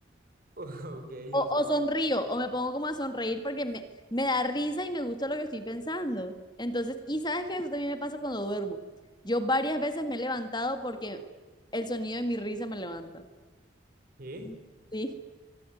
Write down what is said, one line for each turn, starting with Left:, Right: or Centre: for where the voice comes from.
Right: <laughs> ok,
Left: O,
Right: o sea,
Left: o sonrío, o me pongo como a sonreír porque me, me da risa y me gusta lo que estoy pensando. Entonces, y sabes que eso también me pasa cuando duermo. Yo varias veces me he levantado porque el sonido de mi risa me levanta.
Right: ¿qué?
Left: Sí.